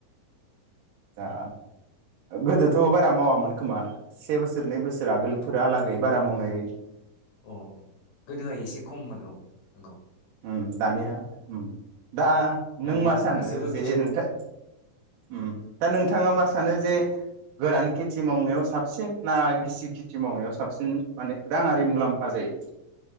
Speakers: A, on the right; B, on the left.
A: दा गोदोथ'बारा मावामोन खोमा से बोसोरनै बोसोर आगोलफोरहालागै
B: गोदो
A: बारा मावनाय
B: अ गोदोहाय एसे खममोन औ नंगौ
A: ओम दानिया ओम दा
B: दानिया
A: नों मा सानो
B: गासैबो
A: जे
B: बिथिङाव
A: नोंथां ओम दा नोंथाङा मा सानो जे गोरान खेथि मावनायाव साबसिन ना गिसि खेथि मावनायाव साबसिन माने राङारि मुलाम्फा जायो